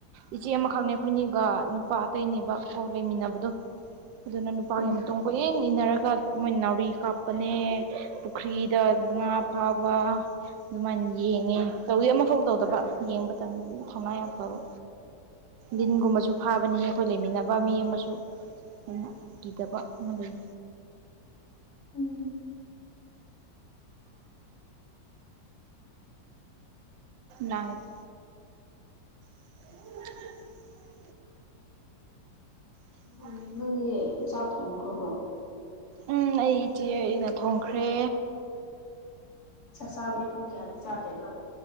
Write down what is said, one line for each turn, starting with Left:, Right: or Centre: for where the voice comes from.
Right: ꯏꯆꯦ ꯑꯃꯈꯛꯅꯦ ꯑꯩꯈꯣꯏꯅꯤꯒ ꯅꯨꯄꯥ ꯑꯇꯩꯅꯦꯕ ꯀꯣ ꯂꯩꯃꯤꯟꯅꯕꯗꯣ ꯑꯗꯨꯅ ꯅꯨꯄꯥꯒꯤ
Left: ꯎꯝ
Right: ꯃꯇꯨꯡ ꯀꯣꯏꯌꯦꯡ ꯏꯟꯅꯔꯒ ꯃꯣꯏ ꯅꯥꯎꯔꯤ ꯀꯥꯞꯄꯅꯦ ꯄꯨꯈ꯭ꯔꯤꯗ ꯉ ꯉꯥ ꯐꯥꯕ ꯑꯗꯨꯃꯥꯏꯅ ꯌꯦꯡꯉꯦ ꯇꯧꯋꯤ ꯑꯃꯐꯥꯎ ꯇꯧꯗꯕ ꯌꯦꯡꯕ ꯃꯇꯝꯗꯗꯤ ꯊꯧꯅꯥ ꯌꯥꯝ ꯐꯕ ꯗꯤꯟꯒꯨꯝꯕꯁꯨ ꯐꯥꯕꯅꯤ ꯑꯩꯈꯣꯏ ꯂꯩꯃꯤꯟꯅꯕ ꯃꯤ ꯑꯃꯁꯨ ꯑꯩꯅ ꯀꯤꯗꯕ ꯑꯃ ꯂꯩ
Left: ꯎꯝ
Right: ꯂꯥꯡꯉꯦ <unintelligible> <unintelligible>
Left: ꯎꯝ ꯅꯪꯗꯤ ꯆꯥꯛ ꯊꯣꯡꯈ꯭ꯔꯕꯣ
Right: ꯎꯝ ꯑꯩ ꯏꯆꯦ ꯑꯩꯅ ꯊꯣꯡꯈ꯭ꯔꯦ
Left: ꯆꯥꯛ ꯆꯥꯕꯗꯤ ꯄꯨꯨꯡ ꯀꯌꯥꯗ ꯆꯥꯗꯣꯏꯕ